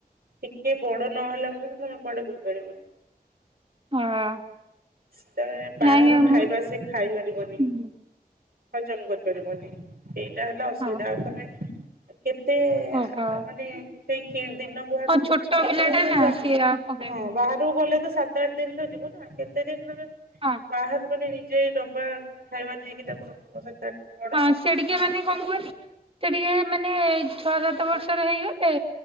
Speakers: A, on the right; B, on the right.
A: ଟିକେ ବଡ ନହେଲା ପର୍ଯ୍ୟନ୍ତ ତମେ କୁଆଡେ ବୁଲି ପାରିବନି।
B: ହଁ।
A: ସେତେବେଳେ ବାହାର
B: ନାଇଁ
A: ଖାଇବା
B: ମୁଁ
A: ସିଏ ଖାଇପାରିବନି।
B: ହୁଁ
A: ହଜମ କରିପାରିବନି। ଏଇଟା ହେଲା ଅସୁବିଧା
B: ହଁ
A: ଆଉ ତମେ କେତେ
B: ଓହୋ
A: ମାନେ ସେଇ କି ଦିନ ବୁହା
B: ହଁ ଛୋଟ
A: ମିନିମମ୍।
B: ପିଲା ଟା
A: <unintelligible>
B: <unintelligible>
A: ହଁ ବାହାରକୁ ଗଲେ ତ ସାତ ଆଠ ଦିନ ତ ଯିବନା କେତେ ଦିନ ତମେ
B: ହଁ।
A: ବାହାର ବୋଲି ନିଜେ ଡବା ଖାଇବା ଦେଇକି ତାକୁ ରଖିବ ସେଟା କେମିତି
B: ହଁ ସିଇ ଟିକେ ମାନେ କଁ କୁହନି ସେ ଟିକେ ମାନେ ଛଅ ସାତ ବର୍ଷର ହେଇଗ ଲେ